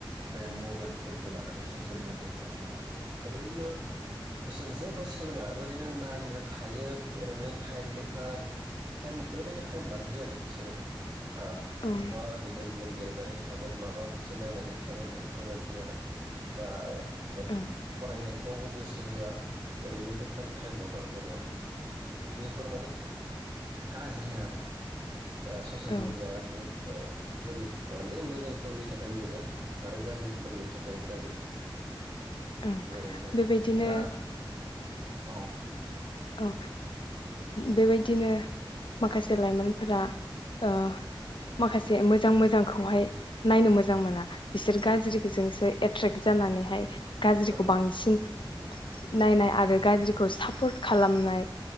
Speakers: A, on the right; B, on the left.
A: बे मबाइलफोरखौ लानानै ससियेल मेडियाफोरखौ लानानै ओरैनो बिसोर जेबो सोलोङा ओरैनो नायो थायो ओरैनो टाइम बेखार टाइम ओरैनो टाइम बारहोयो आरो बिसोरो ओह अबेबा
B: औ
A: ओरैनो गेम गेलेनानै थागोन माबा मोनसे नायनानै थागोन बा एफोरबायदि आरो दा उम
B: औ
A: फरायनायफ्रावबो गोसो होआ ओरैनो बेखार टाइम हगार हरो। <inaudible> फोरमानि गाज्रियारा ससियेल
B: औ
A: मिडिया बुं ओ बोरै माने मोजांफोरनि थाखाय मोजां आरो गाज्रिफोरनि थाखाय गाज्रि।
B: ओं
A: बेबायदि आरो
B: बेबायदिनो
A: दा औ
B: औ ओ बेबायदिनो माखासे लाइमोनफोरा ओ माखासे मोजां मोजांखौहाय नायनो मोजां मोना बिसोर गाज्रिजोंसो एट्रेक्ट जानानैहाय गाज्रिखौ
A: औ
B: बांसिन नायनाय आरो गाज्रिखौ सापर्ट खालामनाय